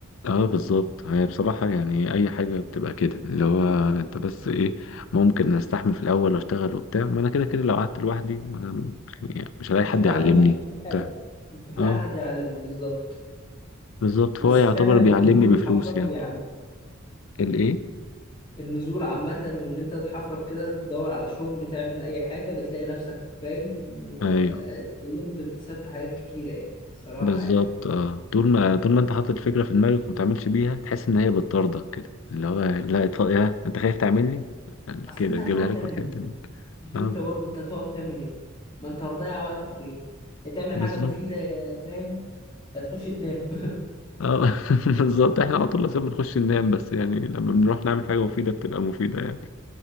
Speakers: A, on the left (about 70°); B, on the left (about 25°).
A: اه بالظبط هي بصراحة يعني اي حاجة بتبقى كده اللي هو انت بس ايه ممكن استحمل في الاول واشتغل وبتاع ما انا كده كده لو قعدت لوحدي ما انا يعني مش هلاقي
B: مش
A: حد
B: هتلاقي
A: يعلمني
B: مش هتلاقي حاجه
A: بتاع
B: مش هتلاقي
A: اه
B: حد يعلمك بالظبط
A: بالظبط فهو
B: بس
A: يعتبر
B: فعلا النزول
A: بيعلمني
B: والحفرقه
A: بفلوس يعني
B: بيعلم
A: الايه
B: النزول عامة وإن أنت تحفرك كده تدور على شغل تعمل أي حاجة بتلاقي نفسك فاهم
A: ايوه
B: آه، اتعلمت واكتسبت حاجات كتيرة يعني الصراحة
A: بالظبط
B: يعني
A: اه طول ما طول ما انت حاطط الفكره في دماغك وما تعملش بيها تحس ان هي بتطاردك كده اللي هو لا اطلع يا انت خايف تعملني
B: أصل
A: كده
B: أنت
A: تجيبها
B: هتقعد
A: لك
B: تعمل
A: من الحته
B: إيه؟
A: دي
B: الفكرة
A: اه
B: برضه أنت هتقعد تعمل إيه؟ ما أنت هتضيع وقتك في إيه؟ يا تعمل
A: بالظبط
B: حاجة مفيدة يا فاهم يا تخش تنام <laughs>
A: اه <laughs> بالظبط احنا على طول لازم بنخش ننام بس يعني لما بنروح نعمل حاجه مفيده بتبقى مفيده يعني